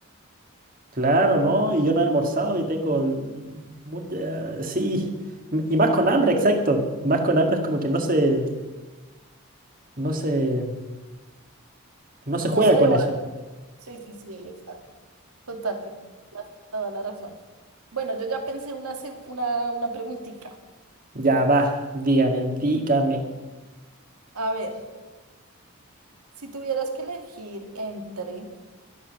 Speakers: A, on the right; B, on the right.
A: claro, ¿no? Y yo no he almorzado y tengo el- mucha, sí, m- y más con hambre, exacto. Más con hambre es como que no se, no se, no se juega
B: No se debate.
A: con eso.
B: Sí, sí, sí, exacto. Total, tienes la- toda la razón. Bueno, yo ya pensé una, seg- una, una preguntita.
A: Ya va, dígame, dígame.
B: A ver, si tuvieras que elegir entre...